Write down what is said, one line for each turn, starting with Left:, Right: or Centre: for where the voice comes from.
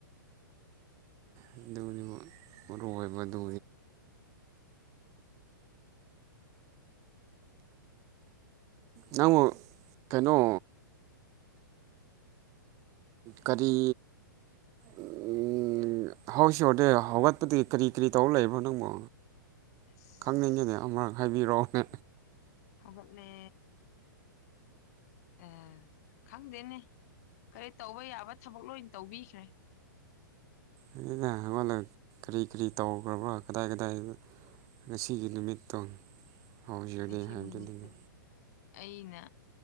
Right: ꯑꯗꯨꯅꯦꯕꯥ ꯃꯔꯨꯑꯣꯏꯕꯗꯤ ꯅꯪ ꯀꯩꯅꯣ ꯀꯔꯤ ꯎꯝ ꯍꯧꯁꯤꯗꯦ ꯍꯧꯒꯠꯄꯗꯒꯤ ꯀꯔꯤ ꯀꯔꯤ ꯇꯧꯔ ꯂꯩꯕꯅꯣ ꯅꯪꯕꯨ
Left: ꯑꯁ
Right: ꯈꯪꯅꯤꯡꯉꯤꯅꯦ ꯑꯃꯔꯛ ꯍꯥꯏꯕꯤꯔꯛꯑꯣꯅꯦ
Left: ꯍꯥꯑꯣꯒꯠꯂꯦ ꯑ ꯈꯪꯗꯦꯅꯦ ꯀꯔꯤ ꯇꯧꯕ ꯌꯥꯕ ꯊꯕꯛ ꯂꯣꯏ ꯇꯧꯕꯤꯈ꯭ꯔꯦ꯫
Right: ꯑꯩꯅ ꯍꯪꯂꯒꯥ ꯀꯔꯤ ꯀꯔꯤ ꯇꯧꯈ꯭ꯔꯕ꯭ꯔꯣ ꯀꯗꯥꯏ ꯀꯗꯥꯏ ꯉꯁꯤꯒꯤ ꯅꯨꯃꯤꯠꯇꯣ ꯍꯧꯖꯔꯦ
Left: ꯉꯁꯤ
Right: ꯍꯥꯏꯕꯗꯨꯅꯤꯅꯦ
Left: ꯃꯛꯇ ꯑꯩꯅ꯫